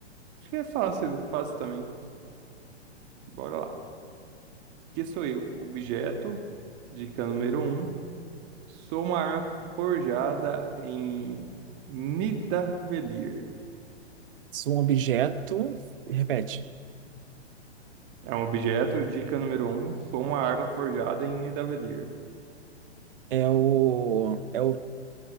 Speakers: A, on the right; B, on the right.
A: Acho que é fácil, fácil também. Bora lá. Que sou eu? Objeto, dica número um. Sou uma arma forjada em Nidavellir.
B: Sou um objeto. Repete.
A: É um objeto, dica número um. Sou uma arma forjada em Nidavellir.
B: É o. É o.